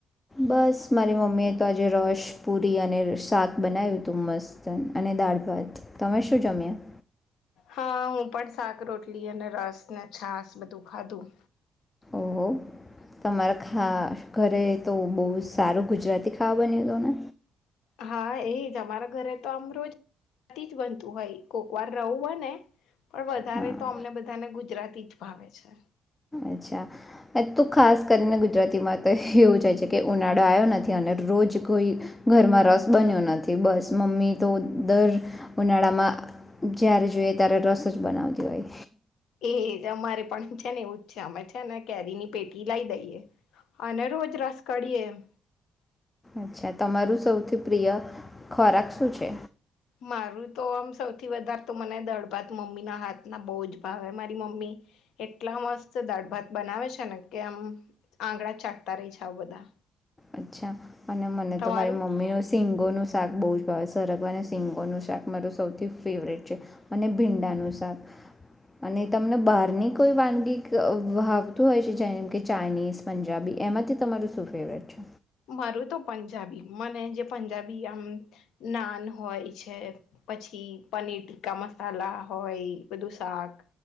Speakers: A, on the left; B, on the left.
A: બસ મારી મમ્મીએ તો આજે રસ પુરી અને શાક બનાવ્યું હતું મસ્ત અને દાળ ભાત તમે શું જમ્યા
B: હા હું પણ શાક રોટલી અને રસ ને છાસ બધું ખાધું
A: ઓહો તમારા ખા ઘરે તો બહુ સારું ગુજરાતી ખાવા બન્યું હત ને
B: હા એ જ અમારા ઘરે તો આમ રોજ <unintelligible> થી બનતું હોય કોકવાર રહવું હોય ને પણ વધારે
A: હા
B: તો અમને બધાને ગુજરાત પીઠ ભાવે છે.
A: અચ્છા તો ખાસ કરીને ગુજરાતીમાં તો એવું જાય છે કે ઉનાળો આવ્યો નથી અને રોજ કોઈ ઘરમાં રસ બન્યો નથી બસ મમ્મી તો દર ઉનાળામાં જ્યારે જોઈએ ત્યારે રસ જ બનાવતી હોય.
B: એજ અમારે પણ છે ને એવુ છે અમે છે ને કેરી ની પેટી લાવ દઈએ અને રોજ રસ કાઢીએે એમ.
A: અચ્છા તમારું સૌથી પ્રિય ખોરાક શું છે?
B: મારું તો આમ સૌથી વધારે તો મને દડભાત મમ્મીના હાથના બહુ જ ભાવે મારી મમ્મી એટલા મસ્ત દડભાત બનાવે છે ને કે આમ આંગણા ચાટતા રહી છે આવ બધા.
A: અચ્છા! અને મને
B: તમારું
A: તો મારી મમ્મીનું શિંગોનું શાક બહુ જ સરગવા અને શિંગોનું શાક મારું સૌથી ફેવરેટ છે અને ભીંડાનું શાક અને તમને બહારની કોઈ વાનગી વાવતું હોય છે જેમ કે ચાઇનીઝ પંજાબી એમાંથી તમારું શું ફેવરેટ છે?
B: મારું તો પંજાબી મને જે પંજાબી આમ નાન હોય છે પછી પનીર ટીકા મસાલા હોય બધું શાક